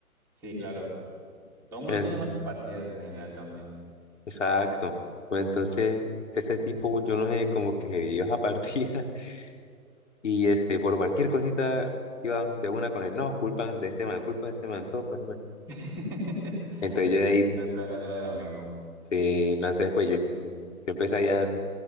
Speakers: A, in the centre; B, on the left (about 50°).
A: sí, claro. Todo el mundo
B: En-
A: tiene malas partidas en general también.
B: Exacto. Bueno, Entonces, ese tipo, yo no sé, como que iba a partida <laughs> y este, por cualquier cosita iba de una con él, no, culpa de este man, culpa de este man, todo, pues, man.
A: <laughs>
B: Entonces yo
A: Por
B: ahí
A: eso estoy planeándole al amigo.
B: Sí, no, entonces pues yo, yo empecé ahí a